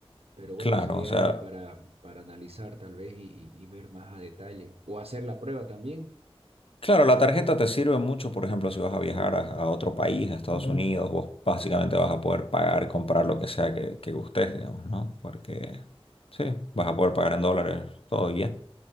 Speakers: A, on the right; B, on the left.
A: Pero bueno,
B: Claro,
A: sería
B: o sea,
A: algo para, para analizar tal vez y, y- y ver más a detalle. O hacer la prueba también.
B: Claro, la tarjeta te sirve mucho, por ejemplo, si vas a viajar a, a otro país, a Estados Ujú. Unidos, vos básicamente
A: Sí,
B: vas a poder pagar, comprar lo que sea que, que gustes, digamos, ¿no? Porque sí, vas a poder pagar en dólares todo y ya,